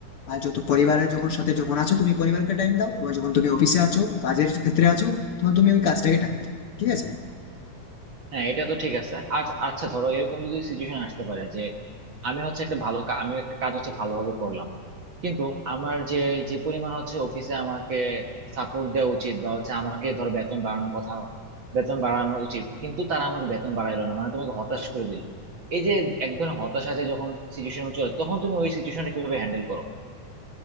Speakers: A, on the left; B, on the right.
A: আহ, যত পরিবারের যখন সাথে যখন আছো তুমি পরিবারকে টাইম দাও এবং যখন তুমি অফিসে আছো কাজের ক্ষেত্রে আছো তখন তুমি ওই কাজটাকে টাইম দাও ঠিক আছে
B: হ্যাঁ এটা তো ঠিক আছে আর আচ্ছা ধরো এরকম যদি সিচুয়েশন আসতে পারে যে আমি হচ্ছে একটা ভালো কা- আমি একটা কাজ হচ্ছে ভালোভাবে করলাম কিন্তু আমার যে যে পরিমাণ হচ্ছে অফিসে আমাকে সাপোর্ট দেওয়া উচিত বা হচ্ছে আমাকে ধরো বেতন বাড়ানোর কথা বেতন বাড়ানো উচিত কিন্তু তারা আমাকে বেতন বাড়াইলো না মানে তোমাকে হতাশ করে দিল এই যে এক ধরনের হতাশা যে যখন সিচুয়েশন চলে তখন তুমি ওই সিচুয়েশনটা কিভাবে হ্যান্ডেল করো